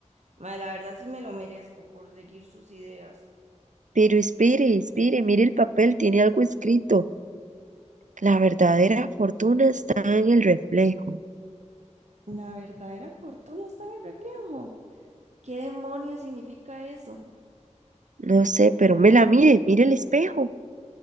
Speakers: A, on the right; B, on the right.
A: Mae, la verdad sí me lo merezco por seguir sus ideas.
B: Pero espere, espere, mire el papel, tiene algo escrito. La verdadera fortuna está en el reflejo.
A: La verdadera fortuna está en el reflejo. ¿Qué demonios significa eso?
B: No sé, pero me la mire, mire el espejo,